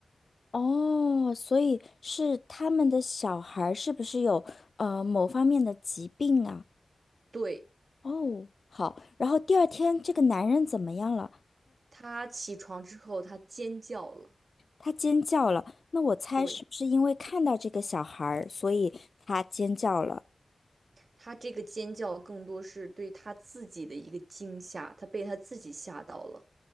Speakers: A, on the left; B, on the right.
A: 哦，所以是他们的小孩儿是不是有呃某方面的疾病啊？
B: 对，
A: 哦，好，然后第二天这个男人怎么样了？
B: 他起床之后，他尖叫了，
A: 他尖叫了，那我猜是不是因为看到这个小孩儿，
B: 对，
A: 所以他尖叫了？
B: 他这个尖叫更多是对他自己的一个惊吓，他被他自己吓到了，